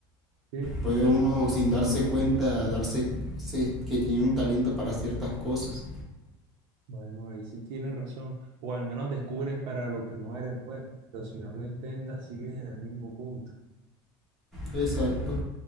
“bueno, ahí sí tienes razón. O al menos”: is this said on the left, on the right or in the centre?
Right